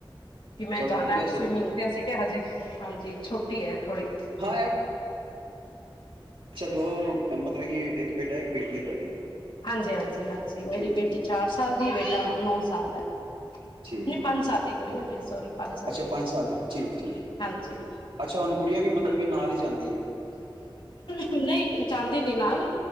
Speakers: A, on the left (about 65°); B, on the right (about 85°).
A: ਕਿ ਮੈਂ
B: ਚਲੋ
A: ਜਾਣਾ।
B: ਵਧੀਆ ਸਗੋਂ
A: ਸਵਿਮਿੰਗ ਅਸੀਂ ਕਿਹਾ ਹਜੇ ਹਾਂਜੀ ਛੋਟੀ ਹੈ, ਥੋੜੀ
B: <unintelligible> ਅੱਛਾ ਦੋ, ਮਤਲਬ ਕਿ ਇੱਕ ਬੇਟਾ ਇੱਕ ਬੇਟੀ ਹੈ ਤੁਹਾਡੀ।
A: ਹਾਂਜੀ-ਹਾਂਜੀ-ਹਾਂਜੀ,
B: ਠੀਕ
A: ਮੇਰੀ ਬੇਟੀ
B: ਠੀਕ
A: ਚਾਰ ਸਾਲ ਦੀ ਬੇਟਾ ਨੌ ਸਾਲ ਦਾ। ਨਹੀਂ
B: ਠੀਕ
A: ਪੰਜ ਸਾਲ ਦੀ ਕੁੜੀ ਆਂ ਮੇਰੀ, ਸੋਰੀ ਪੰਜ ਸਾਲ
B: ਅੱਛਾ
A: ਦੀ,
B: ਪੰਜ ਸਾਲ ਠੀਕ ਠੀਕ
A: ਹਾਂਜੀ।
B: ਅੱਛਾ, ਹੁਣ ਗੁੜੀਆ ਵੀ ਮਤਲਬ ਕੀ ਨਾਂਲ ਦੀ ਜਾਂਦੀ ਏ।
A: ਨਹੀਂ ਜਾਂਦੀ ਨੀ ਨਾਲ